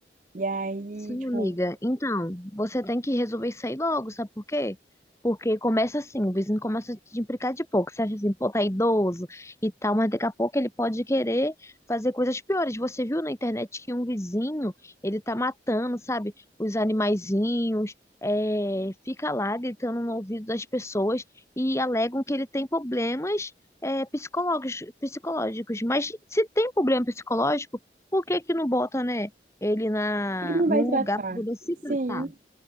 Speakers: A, on the right; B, on the left.
A: E aí,
B: Sim,
A: tipo,
B: amiga.
A: por
B: Então, você tem que resolver isso aí logo, sabe por quê? Porque começa assim, o vizinho começa a te implicar de pouco. Você acha assim, pô, tá idoso e tal, mas daqui a pouco ele pode querer fazer coisas piores. Você viu na internet que um vizinho, ele tá matando, sabe, os animaizinhos, é, fica lá gritando no ouvido das pessoas e alegam que ele tem problemas, é, psicológicos, psicológicos. Mas se tem problema psicológico, por que que não bota, né? ele na
A: que que não
B: num
A: vai tratar?
B: lugar para poder se
A: Sim,
B: tratar.